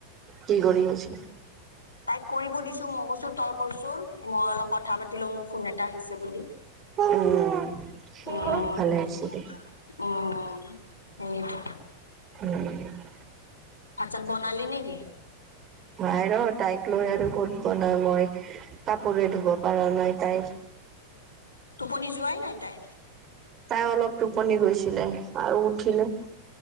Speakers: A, on the right; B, on the left.
A: কি কৰি আছো
B: তাইক কৰিব দিছো মই কৈছো তই কছো মই অলপ কথা পাতিল মোৰ ফোন এটা আহিছে বুলি
A: উম,
B: উ
A: ভালে হৈছে দে।
B: উ নিটো
A: উম
B: আছাত বনালি নেকি?
A: ভাই ৰ তাইক লৈ আৰু কত ব নাই মই কাপোৰে ধুব পাৰা নাই তাইক
B: টোপনি যোৱাই নাই তাই
A: তাই অলপ টোপনি গৈছিলে আৰু উঠিলে।